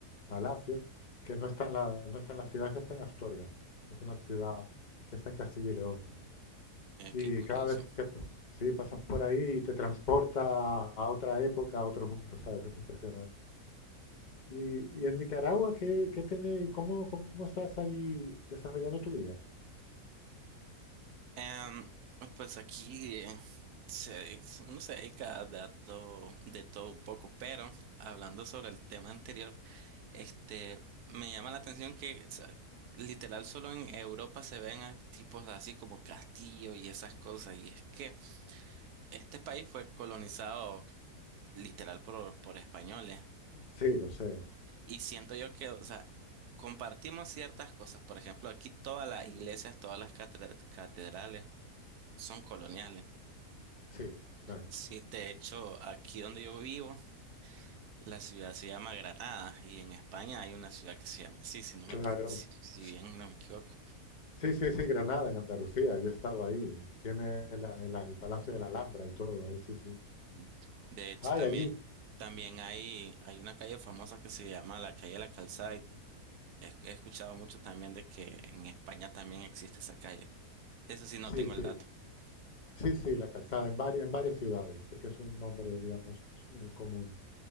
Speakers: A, on the left; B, on the right.
A: palacio, que no está en la, no está en la ciudad, esa está en Astorga, que es una ciudad que está en Castilla y León.
B: Eh,
A: Y
B: qué curioso.
A: cada vez que sí, pasas por ahí y te transporta a otra época, a otro mundo, ¿sabes? Es impresionante. Y, y en Nicaragua, ¿qué, qué tiene, cómo, cómo estás allí desarrollando tu vida?
B: Em, pues aquí eh, se- uno se dedica a dar todo- de todo un poco, pero hablando sobre el tema anterior, este, me llama la atención que o sea, literal solo en Europa se ven a tipos así como castillo y esas cosas, y es que este país fue colonizado literal por, por españoles.
A: Sí, lo sé.
B: Y siento yo que, o sea, compartimos ciertas cosas. Por ejemplo, aquí todas las iglesias, todas las catedra- catedrales son coloniales.
A: Sí, claro.
B: Sí, de hecho, aquí donde yo vivo, la ciudad se llama Granada y en España hay una ciudad que se llama así, si no me,
A: Claro.
B: equi- si, si
A: S-
B: bien no me equivoco.
A: Sí, sí, sí, Granada, en Andalucía. Yo he estado ahí. Tiene la- el, el Palacio de la Alhambra y todo. Ahí sí, sí.
B: Ujú. De hecho,
A: Ah,
B: también,
A: y allí.
B: también hay, hay una calle famosa que se llama la calle de la Calzada y he, he escuchado mucho también de que en España también existe esa calle. De eso sí no
A: Sí,
B: tengo
A: sí.
B: el dato.
A: Sí, sí, la calzada en varias, en varias ciudades, porque es un nombre, digamos, eh, común.